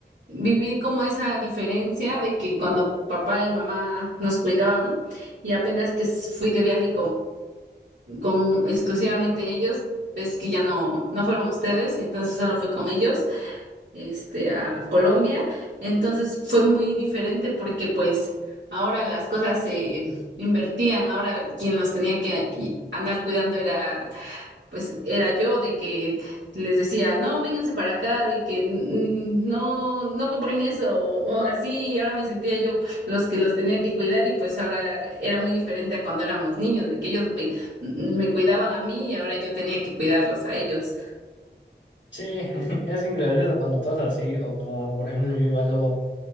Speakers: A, on the right (about 80°); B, on the left (about 80°).
A: viví como esa diferencia de que cuando papá y mamá nos cuidaban y apenas que fui de viaje con exclusivamente ellos. Ves que ya no, no fueron ustedes, entonces solo fue con ellos, este, a Colombia. Entonces fue muy diferente porque pues ahora las cosas se invertían, ahora quien los tenía que andar cuidando era pues era yo de que les decía, no, vénganse para acá, de que "Mm, no, no compren eso o, o así, y ahora me sentía yo los que los tenía que cuidar y pues ahora era muy diferente a cuando éramos niños, de que ellos me, mm, me cuidaban a mí y ahora yo tenía que cuidarlos a ellos.
B: Sí, <laughs> es ingracioso cuando pasa así. O como, por ejemplo, yo igual luego